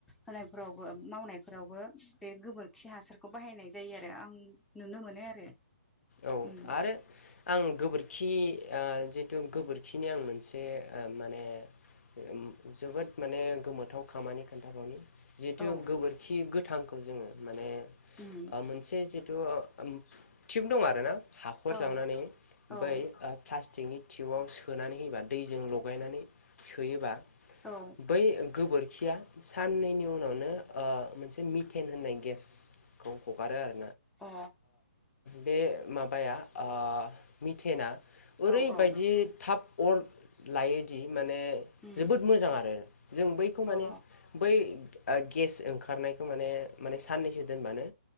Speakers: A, in the centre; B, on the left (about 60°).
A: होनायफोरावबो मावनायफोरावबो बे गोबोरखि हासारखौ बाहायनाय जायो आरो आं नुनो मोनो आरो।
B: औ
A: उम
B: आरो आं गोबोर खि जिथु गोबोरखिनि आं मोनसे माने ओ जोबोद माने गोमोथाव खामानि खोन्थाबावनि जिहेथु
A: औ
B: गोबोरखि गोथांखौ जोङो माने
A: उम
B: मोनसे जिथु ओ ओम थिउब दं आरो ना हाखर
A: औ
B: जावनानै
A: औ
B: बै प्लास् सिंनि टिउआव सोनानै होयोबा दैजों लगायनानै सोयोबा
A: औ
B: बै गोबोरखिया साननैनि उनावनो ओ मोनसे मिथेन होननाय गेसखौ हगारो आरो।
A: अ
B: बे माबाया ओ मिटेना ओरैबायदि
A: अ औ औ
B: थाब अर लायोदि माने
A: उम
B: जोबोद मोजां आरो जों बैखौ माने
A: अ
B: बै गेस ओंखारनायखौ माने माने साननैसो दोनबानो।